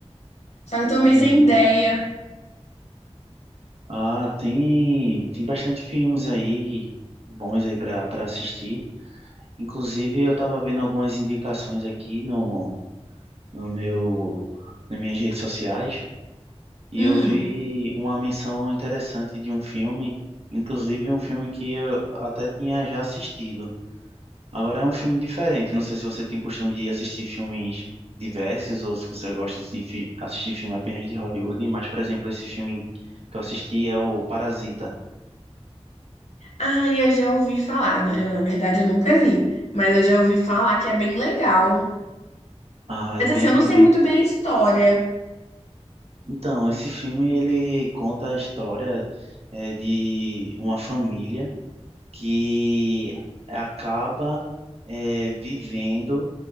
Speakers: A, on the left; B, on the right.
A: Só que eu tô meio
B: Hum.
A: sem ideia.
B: Ah, tem tem bastante filmes aí bons aí para para assistir. Inclusive, eu tava vendo algumas indicações aqui no no meu nas minhas redes sociais e
A: Hum.
B: eu vi uma menção interessante de um filme, inclusive um filme que eu até tinha já assistido. Agora é um filme diferente. Não sei se você tem costume de assistir filmes diversos ou se você gosta de fi- assistir filme apenas de Hollywood, mas, por exemplo, esse filme que eu assisti é o Parasita.
A: Ah, e eu já ouvi falar. né, Eu, na verdade, eu nunca vi. Mas eu já ouvi falar que é bem legal.
B: Ah,
A: Mas
B: é bem,
A: assim, eu não sei
B: bem.
A: muito bem a história.
B: Então, esse filme ele conta a história eh, de uma família que acaba eh, vivendo